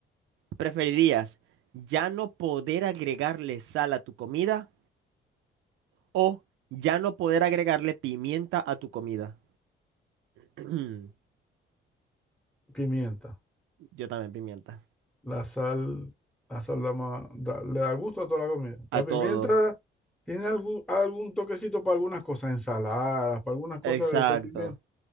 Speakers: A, on the right (about 80°); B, in the centre.
A: ¿Preferirías ya no poder agregarle sal a tu comida o ya no poder agregarle pimienta a tu comida? <clears throat>
B: Pimienta.
A: Yo también pimienta.
B: La sal, la sal da más, da- le da gusto a toda la comida.
A: A
B: La
A: todo.
B: pimienta. Tiene algún, algún toquecito para algunas cosas, ensaladas, para algunas cosas
A: Exacto,
B: que le echáis pimienta,